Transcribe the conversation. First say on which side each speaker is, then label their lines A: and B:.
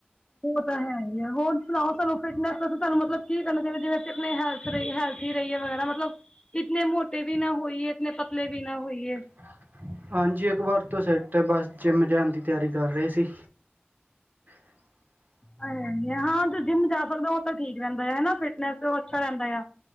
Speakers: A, on the left; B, on the right.
A: ਉਹ ਤਾਂ ਹੈ ਹੀ ਹੈ ।ਹੋਰ ਸੁਣਾਓ ਤੁਹਾਨੂੰ ਫਿਟਨਸ ਸਾਨੂੰ ਮਤਲਬ ਕੀ ਕਰਨਾ ਚਾਹੀਦਾ ਜਿਵੇਂ ਆਪਣੇ ਹੈਲਥ ਹੈਲਥੀ ਰਹੀਏ ਵਗੈਰਾ ਮਤਲਬ ਇੱਕ ਨੇ ਮੋਟੇ ਵੀ ਨਾ ਹੋਈਏ ਇਤੇ ਪਤਲੇ ਵੀ ਨਾ ਹੋਈਏ
B: <unintelligible> ਹਾਂਜੀ ।ਇੱਕ ਵਾਰ ਤੋਂ ਸੈਟ ਬਸ ਜਿੰਮ ਜਾਣ ਦੀ ਤਿਆਰੀ ਕਰ ਰਹੇ ਸੀ। <unintelligible>
A: ਹਾਂ ਜੋ ਜਿੰਮ ਜਾ ਸਕਦਾ ਉਹ ਤਾਂ ਠੀਕ ਰਹਿੰਦਾ ਆ। ਫਿਟਨੈਸ ਉਹ ਅੱਛਾ ਰਹਿੰਦਾ ਆ।